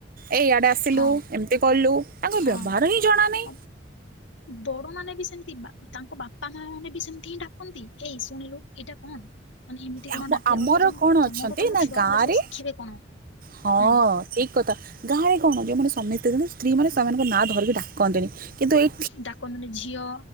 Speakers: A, on the right; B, on the left.
A: ଏଇ ଇଆଡ଼େ ଆସିଲୁ
B: ହଁ
A: ଏମିତି କଲୁ। ତାଙ୍କ
B: ହଁ।
A: ବ୍ୟବହାର ହିଁ ଜଣା ନାହିଁ।
B: ବଡ ମାନେ ବି ସେମିତି ତାଙ୍କ ବାପା ମା ମାନେ ବି ସେମତି ହିଁ ଡାକନ୍ତି ଏଇ ଶୁଣିଲୁ। ଏଇଟା କଣ ମାନେ ଏମିତି କଣ
A: ଆମ
B: ଡାକିିବା
A: ଆମର
B: କଥା ଜଣକୁ
A: କଣ
B: ତମ
A: ଅଛନ୍ତି
B: ଠୁ ତମ
A: ନା
B: ଛୁଆ
A: ଗାଁରେ
B: ପିଲା ସବୁ ଶିଖିବେ କଣ।
A: ହଁ।
B: ହୁଁ
A: ଠିକ କଥା ଗାଁରେ କଣ ଯେଉଁମାନେ ସ୍ୱାମୀ ସ୍ତ୍ରୀ ଥାନ୍ତି ସ୍ତ୍ରୀ ମାନ ସେମାନଙ୍କ ନାଁ ଧରିକି ଡାକନ୍ତିି କିନ୍ତୁ ଏଇ
B: ଡାକନ୍ତିନି ଝିଅ